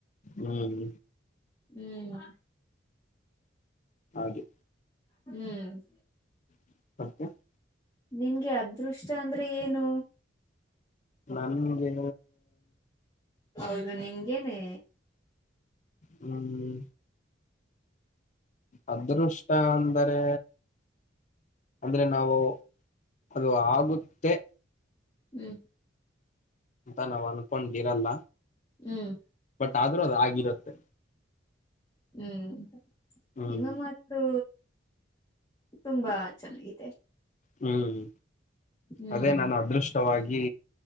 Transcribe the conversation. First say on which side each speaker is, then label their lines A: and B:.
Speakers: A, on the left; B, on the left.
A: ಹ್ಮ್
B: ಹ್ಮ್
A: ಹಾಗೆ
B: ಹ್ಮ್
A: <unintelligible>
B: ನಿನ್ಗೆ ಅದೃಷ್ಟ ಅಂದ್ರೆ ಏನು.
A: ನನ್ಗೆ
B: ಹೌದು ನಿಮ್ಗೇನೆ.
A: ಹ್ಮ್ ಅದೃಷ್ಟ ಅಂದರೆ. ಅಂದ್ರೆ ನಾವು ಅದು ಆಗುತ್ತೆ.
B: ಹ್ಮ್
A: ಅಂತ ನಾವ್ ಅನ್ಕೊಂಡಿರಲ್ಲ
B: ಹ್ಮ್
A: ಬಟ್ ಆದ್ರೂ ಅದ ಆಗಿರುತ್ತೆ.
B: ಹ್ಮ್
A: ಹ್ಮ್
B: ನಿಮ್ಮ ಮಾತು ತುಂಬಾ. ಚೆನ್ನಾಗಿದೆ
A: ಹ್ಮ್
B: ಹ್ಮ್
A: ಅದೇ ನಾನು ಅದೃಷ್ಟವಾಗಿ